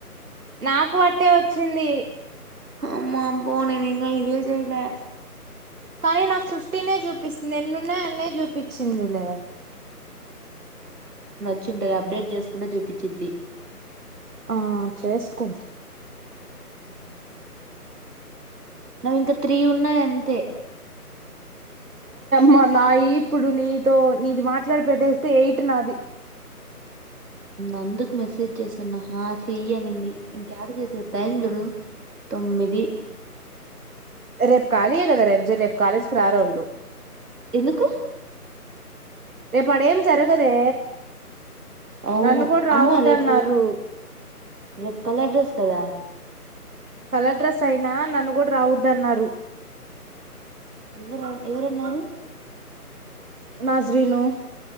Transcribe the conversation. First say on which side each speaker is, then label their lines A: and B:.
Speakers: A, on the right (about 60°); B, on the right (about 80°).
A: నాకు అట్టే వచ్చింది
B: ఆమ పో నేనింగా ఇదే చేయలే
A: కానీ నాకు ఫిఫ్టీనే చూపిస్తుంది ఎన్నున్నాయి అన్న చూపించింది లే
B: చ్చుంటది అప్డేట్ చేసుకుంటె చూపించిద్ది
A: ఆ చేసుకో
B: మ్మ్ నావింక త్రీ ఉన్నాయంతే
A: మా నాయి ఇప్పుడు నీతో నీది మాట్లాడి పెట్టేస్తే ఎయిట్ నాది
B: అందుకు మెసేజ్ చేస్తున్నా హ చెయ్యి అనింది ఇంకాడ చేసేది టైం జూడు తొమ్మిది
A: రేపు కాలీయ కదా రేపు జ రేపు కాలేజీకి రారోళ్లు
B: ఎందుకు
A: రేపు అడ ఏం జరగదే
B: అవును
A: నన్ను కూడా రావద్దన్నారు
B: అమ్మా రేపు రేపు కలర్ డ్రెస్ కదా
A: కలర్ డ్రెస్ అయినా నన్ను కూడా రావద్దన్నారు
B: ఎవరు ఎవరన్నారు
A: నాజ్రీను